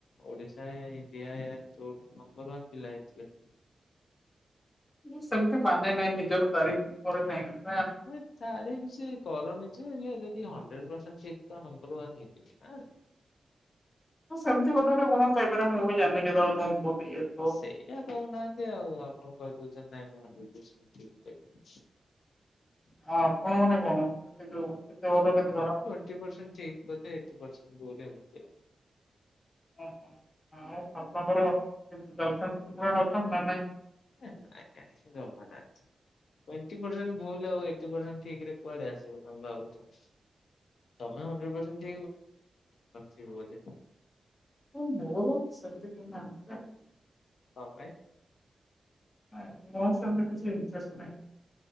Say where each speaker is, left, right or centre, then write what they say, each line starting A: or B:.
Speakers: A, on the left (about 85°); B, on the left (about 20°).
A: ଓଡିଶା, ଇଣ୍ଡିଆ, ନମ୍ବର ୱାନ ପିଲା ହେଇଥିବେ।
B: ମୁଁ ସେମିତି ମାନେ ନାହିଁ ନିଜର ତାରିଫି କରେ ନାହିଁ।
A: ଏ ତାରିଫ ବି ସି କରନି ଯେ ଯଦି ହଣ୍ଡ୍ରଟେ ପ୍ରଶେଣ୍ଟ୍ ଠିକ୍ ତ ନମ୍ବର ୱାନ ହେଇଥିବ ନାଁ।
B: ହଁ ସେମିତି ଗୋଟେ ଗୋଟେ ଗୁଣ‌ଥାଇପାରେ ମୁଁ ବି ଜାଣିନି କେତେବେଳେ କଣ <unintelligible>
A: ସେଇଟା କହୁନାହାନ୍ତି ଆଉ ଆପଣଙ୍କୁ କହି ଦଉଛନ୍ତି। ନାଇଁ ମୁଁ
B: ହଁ ଆପଣ ମାନେ କଣ କେତେ ଯୋଉ କେତେ <unintelligible>
A: ଏଇଟି ପ୍ରସେଣ୍ଟ ଠିକ୍ ବୋଧେ ଏଇଟି ପ୍ରସେଣ୍ଟ୍ ଭୁଲ୍।
B: ଓହୋ ଆଉ ଆପଣଙ୍କର କେହି ଗାର୍ଲଫ୍ରେଣ୍ଡ ଅଛନ୍ତି ନା ନାଇଁ?
A: ଏ ନାଇଁ ନାଇଁ ଯମା ନାହିଁ। ଟ୍ୱେନ୍ତି ପ୍ରସେଣ୍ଟ ଭୁଲ ଆଉ ଏଇଟି ପ୍ରସେଣ୍ଟ ଠିକ୍ ରେ କୁଆଡେ ଆସିବ ତମେ ଭାବୁଛ। ତମେ ହଣ୍ଡ୍ରେଟେ ପରର୍ସେଣ୍ଟ୍ ଠିକ୍ ବୋଧେ <unintelligible> ବୋଲି।
B: ହଁ ମୋର ସେମିତି କେହି ନାହାନ୍ତି ଗାର୍ଲଫ୍ରେଣ୍ଡ
A: କଣ ପାଇଁ?
B: <unintelligible> ମୋର ସେମିତି କିଛି ଇଣ୍ଟ୍ରେଷ୍ଟ୍ ନାହିଁ।